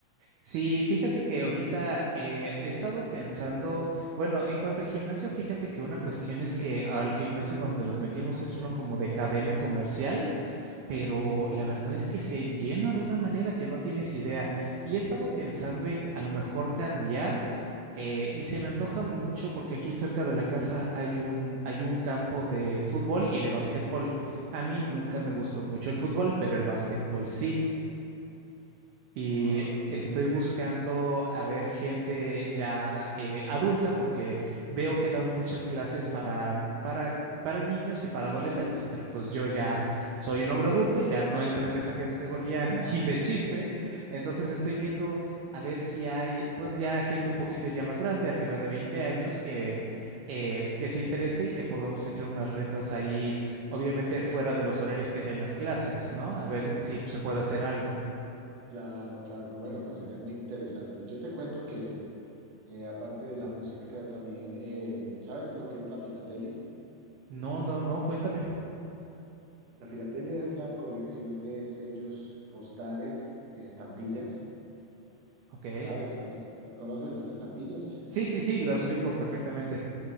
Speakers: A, on the right; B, on the right.
A: Sí, fíjate que ahorita eh, he estado pensando, bueno, en cuanto al gimnasio, fíjate que una cuestión es que al gimnasio donde nos metimos es uno como de cadena comercial, pero
B: Sí.
A: la verdad es que se llena de una manera que no tienes idea. Y he estado pensando en a lo mejor cambiar eh, y se me antoja mucho porque aquí cerca de la casa hay un, hay un campo de fútbol y de básquetbol. A mí nunca me gustó mucho el fútbol, pero el básquetbol sí. Y
B: Ah,
A: estoy buscando a ver gente ya eh, adulta porque veo que dan muchas clases para, para, para niños y para adolescentes, pero pues yo ya soy un hombre adulto y ya no entro en esa categoría
B: <laughs>
A: <laughs> ni de chiste. Entonces estoy viendo a ver si hay pues ya gente un poquito ya más grande, arriba de 20 años, que, eh, que se interese y que podamos echar unas retas ahí, obviamente fuera de los horarios que den las clases, ¿no? A ver si se puede hacer algo.
B: claro, claro, bueno, pues sería muy interesante. Yo te cuento que... Eh, aparte de la música, también, eh, ¿sabes lo que es la filatelia?
A: No, no, no, cuéntame.
B: La filatelia es la colección de sellos postales, eh, estampillas.
A: Ok.
B: ¿Sabes? ¿Conoces, la- conoces las estampillas? <laughs>
A: Sí, sí, sí, las ubico perfectamente.